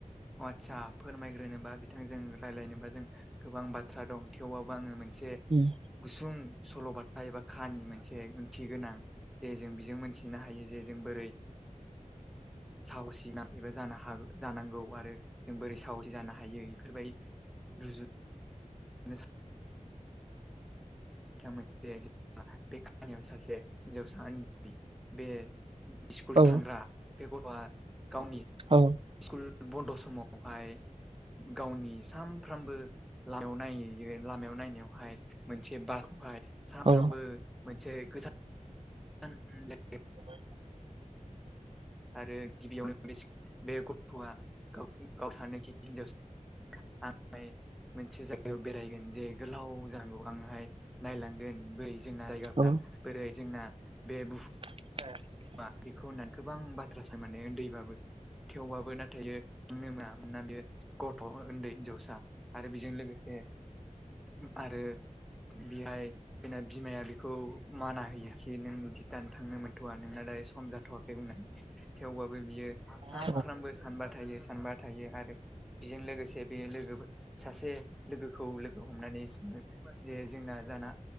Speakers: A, in the centre; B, on the right (about 45°).
A: आतसा फोरमायग्रोनोबा बिथांजों राय्लायनोबा जों गोबां बाथ्रा दं थेवबाबो आङो मोनसे
B: उम
A: गुसुं सल'बाथा एबा खानि मोनसे ओंथि गोनां जे जों बेजों मोनथिनो हायो जे जों बोरै साह'सि नां एबा जानो हा जानांगौ आरो। ज बै साह'सि जानो हायो इफोरबायदि रुजुनो नि <unintelligible> बिथां बे खाहानियाव सासे हिनजावसा उन्दै बे स्कुल
B: औ
A: थांग्रा बे गथ'आ गावनि
B: औ
A: स्कुल बन्द' समावहाय गावनि सानफ्रामबो लामायाव नायै बेयो लामायाव नायनायावहाय मोनसे बारखौहाय सानफ्रामबो
B: औ
A: मोनसे गोजान <unintelligible>
B: औ <unintelligible>
A: आरो गिबियावनो बे गथ'आ गाव सानोखि हिनजावसा आ मोनसे जायगायाव बेरायगोन जे गोलाव जानांगौ आंहाय नायलांगोन बै जोंना जायगाफ्रा
B: औ
A: बोरै जोंना बे बुहु
B: ओ <unintelligible>
A: मा बेखौ होननानै गोबां बाथ्रा सान माने उन्दैबाबो थेवबाबो नाथाय नो मोनना बेयो गथ' उन्दै हिनजावसा आरो बेजों लोगोसे आरो बेहाय बिना बिमाया बेखौ माना होयोखि नोंनि गितानो थांनो मोनथ'वा नोंना दायो सम जाथ'वाखै बुंनानै थेवबाबबो बियो सानफ्रोमबो
B: औ
A: सानबाय थायो सानबाय थायो आरो बेजों लोगोसे बे लोगोफोर सासे लोगोखौ लोगो हमनानै सोङो जे जोंना जाना